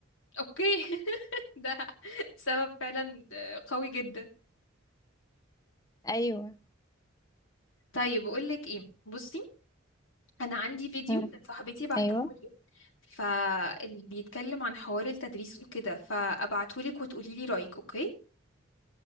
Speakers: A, on the left; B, on the left.
A: اوكي <laughs> ده سبب فعلا آه، قوي جدا
B: ايوه
A: طيب اقول لك ايه بصي انا عندي فيديو
B: مم.
A: كانت صاحبتي بعتهولي
B: ايوه
A: فاللي بيتكلم عن حوار التدريس وكده فابعتهولك وتقولي لي رايك اوكي